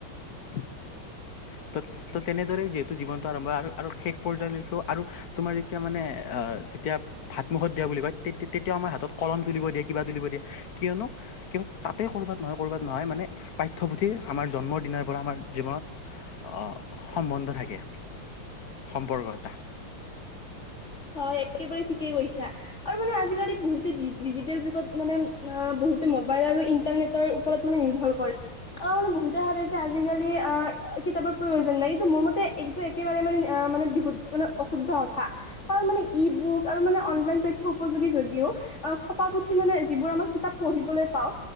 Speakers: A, on the left; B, on the left.
A: <unintelligible> ত' তো তেনেদৰেই যিহেতু জীৱনটো আৰম্ভ আৰু- আৰু শেষ পৰ্যায়লৈকেও আৰু তোমাৰ যেতিয়া মানে অ যেতিয়া ভাতমুখত দিয়া বুলি কয় তেত- তেতিয়াও আমাৰ হাতত কলম তুলিব দিয়ে কিবা তুলিব দিয়ে কিয়নো কিয় তাতে ক'ৰবাত নহয় ক'ৰবাত নহয় মানে পাঠ্যপুথি আমাৰ জন্ম দিনাৰ পৰা আমাৰ জীৱনত অ, সম্বন্ধ থাকে। সম্পৰ্ক এটা।
B: হয় একেবাৰে ঠিকেই কৈছা আৰু মানে আজিকালি বহুতে ডিজিটেল যুগত মানে অহ বহুত। গোটেই মোবাইল আৰু ইণ্টাৰনেটৰ ওপৰত মানে নিৰ্ভৰ কৰে। অহ মানে বহুতে ভাৱে যে আজিকালি অহ কিতাপৰ প্ৰয়োজন নাই এইটো মোৰ মতে এইটো একেবাৰে মানে। তাৰমানে বিশু মানে অশুদ্ধ কথা কাৰণ মানে‌ ই বুক আৰু মানে অনলাইন ত। থ্য উপযোগী যদিও অহ ছপা পুথি মানে যিবোৰ আমাৰ কিতাপ পঢ়িবলৈ পাওঁ।